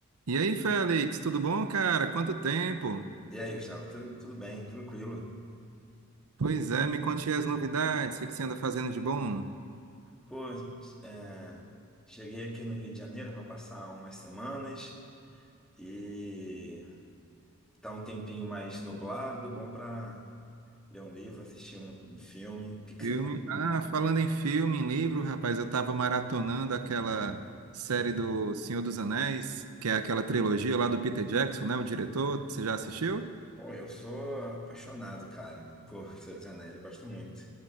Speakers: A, on the right (about 80°); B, in the centre.
A: E aí, Félix, tudo bom, cara? Quanto tempo?
B: E aí, Gustavo, tu- tudo bem? Tranquilo?
A: Pois é, me conte aí as novidades, o que que você anda fazendo de bom?
B: Pô, é, cheguei aqui no Rio de Janeiro para passar umas semanas e tá um tempinho mais nublado, bom para ler um livro, assistir um, um filme. O que que
A: Filme?
B: você tem?
A: Ah, falando em filme, em livro, rapaz, eu tava maratonando aquela série do Senhor dos Anéis, que é aquela trilogia lá do Peter Jackson, né, o diretor, você já assistiu?
B: Pô, eu sou apaixonado, cara, por Senhor dos Anéis, eu gosto muito.